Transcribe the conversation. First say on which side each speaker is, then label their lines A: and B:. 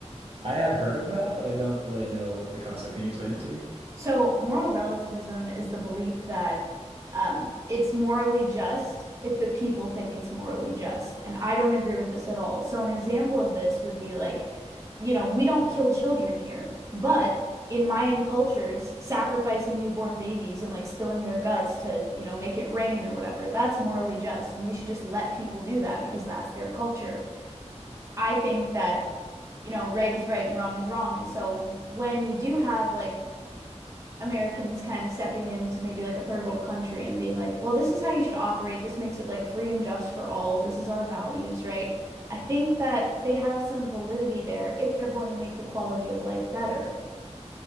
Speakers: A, on the right; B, on the right.
A: I have heard of that, but I don't really know the concept. Can you explain it to me?
B: So, moral relativism is the belief that um, it's morally just if the people think it's morally just. And I don't agree with this at all. So, an example of this would be like, you know, we don't kill children here, but in Mayan cultures, sacrificing newborn babies and like spilling their guts to, you know, make it rain or whatever, that's morally just. And we should just let people do that because that's their culture. I think that, you know, right is right and wrong is wrong. And so, when you do have like, Americans kind of stepping into maybe like a third world country and being like, well, this is how you should operate. This makes it like free and just for all. This is our values, right? I think that they have some validity there if they're going to make the quality of life better.